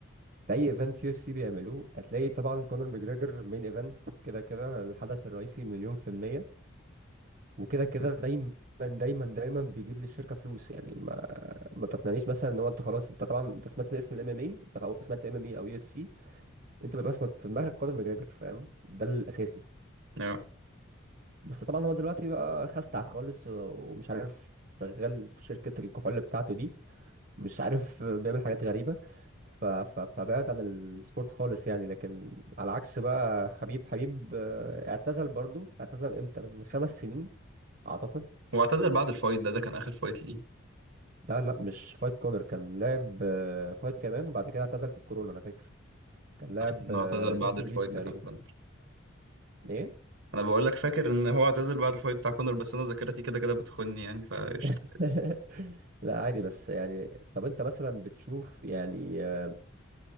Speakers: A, on the right; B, on the right.
A: في اي ايفنت يو اف سي بيعملوه هتلاقي طبعا كونر ماجريجر مين ايفنت كده كده الحدث الرئيسي مليون في المية وكده كده دايما دايما دايما بيجيب للشركة فلوس يعني ما تقنعنيش مثلا ان هو انت خلاص انت طبعا انت سمعت اسم الام ام اي انت خلاص سمعت الام ام اي او يو اف سي انت بيبقى اسمك في دماغك كونر ماجريجر فاهم ده الاساسي
B: آه.
A: بس طبعا هو دلوقتي بقى خستع خالص و- ومش عارف شغال في شركة الكحول بتاعته دي مش عارف بيعمل حاجات غريبة ف... ف... فبعد عن السبورت خالص يعني لكن على عكس بقى حبيب حبيب آه، اعتزل برضو اعتزل امتى من خمس سنين اعتقد
B: هو اعتزل بعد الفايت ده ده كان اخر فايت ليه
A: ده لا مش فايت كونر كان لعب آه، فايت كمان وبعد كده اعتزل في الكورونا انا فاكر كان لاعب
B: عشان انه
A: آه،
B: اعتزل بعد
A: جاستن
B: الفايت
A: جيتش تقريبا
B: بتاع كونر
A: ايه
B: انا بقول لك فاكر ان هو اعتزل بعد الفايت بتاع كونر بس انا ذاكرتي كده كده بتخني يعني فقشطه
A: <laughs> لا عادي بس يعني طب انت مثلا بتشوف يعني آه،